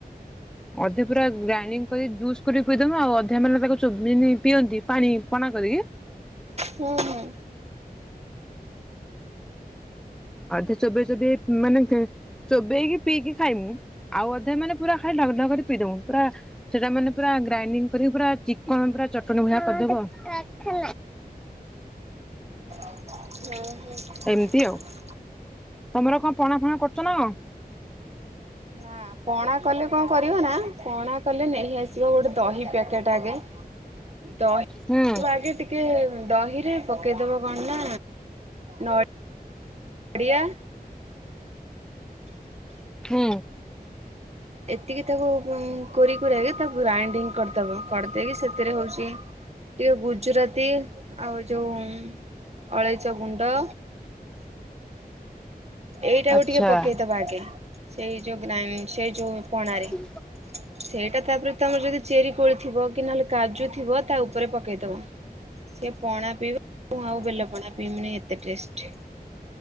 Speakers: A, in the centre; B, on the right.
A: ଅଧେ ପୁରା ଗ୍ରାଇଣ୍ଡିଙ୍ଗ କରି ଜୁସ୍ କରିକି ପିଇ ଦୋଉ ଆଉ ଅଧା ମାନେ ତାକୁ ଚୋବେଇକି ଯେମିତି ପିଅନ୍ତି ପାଣି ପଣା କରିକି
B: ହୁଁ ହୁଁ।
A: ଅଧା ଚୋବେଇ ଚୋବେଇ ମାନେ ଚୋବେଇକି ପିଇକି ଖାଇମୁ ଆଉ ଅଧା ମାନେ ପୁରା ଖାଲି ଢକଢକ ପିଇଦମୁ ପୁରା ସେଟା ମାନେ ପୁରା ଗ୍ରାଇଣ୍ଡିଂ କରିକି ପୁରା ଚିକଣ ପୁରା ଚଟଣି ଭଳିଆ କରିଦବୁ ଆଉ।
B: ହୁଁ ହୁଁ
A: ଏମିତି ଆଉ ତମର କଣ ପଣା ଫଣା କରୁଛ ନା କଣ?
B: ନା ପଣା କଲେ କଣ କରିବ ନା ପଣା କଲେ ନେଇ ଆସିବ ଗୋଟେ ଦହି ପ୍ୟାକେଟ ଆଗେ ଦହିରୁ
A: ହୁଁ
B: ଆଗେ ଟିକେ ଦହିରେ ପକେଇଦବ କଣ ନା ନଡ଼ିଆ
A: ହୁଁ।
B: ଏତିକି ତାକୁ କୋରି କୁରା କି ତାକୁ ଗ୍ରାଇଣ୍ଡିଙ୍ଗ କରିଦବ କରିଦେଇକି ସେ ଏଥିରେ ହୋଉଛି ଟିକେ ଗୁଜୁରାତି ଆଉ ଯୋଉ ଅଳେଇଚ ଗୁଣ୍ଡ ଏଇଟାକୁ
A: ଆଚ୍ଛା।
B: ଟିକେ ପକେଇଦବା ଆଗେ ସେଇ ଯୋଉ ଗ୍ରାଇ ସେଇ ଯୋଉ ପଣାରେ
A: ହୁଁ।
B: ସେଇଟା ତାପରେ ତମର ଯଦି ଚେରି କୋଳି ଥିବ କି ନହେଲେ କାର୍ଯ୍ୟ ଥିବ ତା ଉପରେ ପକେଇଦବ ସିଏ ପଣା ପିଇବ ମୁଁ ଆଉ ବେଲ ପଣା ପିଇବିନି ଏତେ ଟେଷ୍ଟି